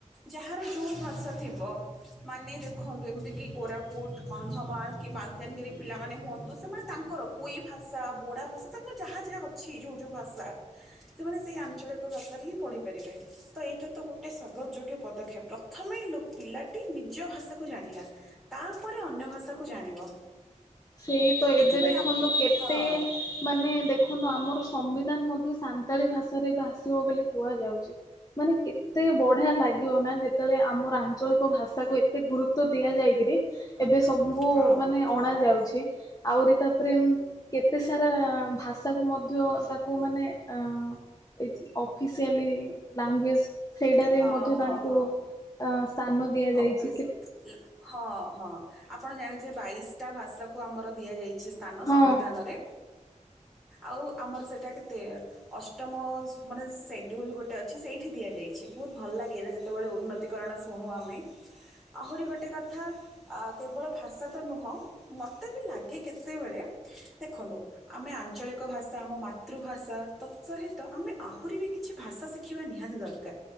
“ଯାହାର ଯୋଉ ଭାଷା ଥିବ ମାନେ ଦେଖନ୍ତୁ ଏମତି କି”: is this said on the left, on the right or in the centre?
Centre